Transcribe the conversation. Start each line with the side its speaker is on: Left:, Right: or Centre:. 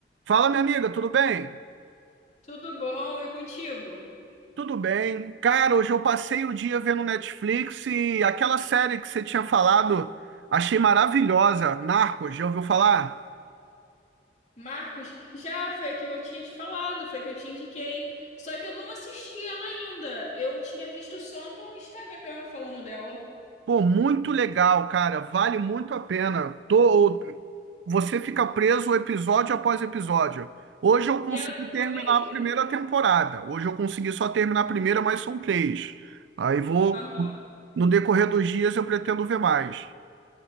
Right: Fala, minha amiga, tudo bem?
Left: Tudo bom? E contigo?
Right: Tudo bem. Cara, hoje eu passei o dia vendo Netflix e aquela série que você tinha falado, achei maravilhosa. Narcos, já ouviu falar?
Left: Marcos, já foi a que eu tinha te falado, foi a que eu te indiquei. Só que eu não assisti ela ainda. Eu tinha visto só no Instagram falando dela.
Right: Pô, muito legal, cara. Vale muito a pena. Tô... Você fica preso episódio após episódio. Hoje eu consegui
Left: E ela é boa
Right: terminar
Left: mesmo?
Right: a primeira temporada. Hoje eu consegui só terminar a primeira, mas são três. Aí vou.
Left: Aham.
Right: No decorrer dos dias eu pretendo ver mais.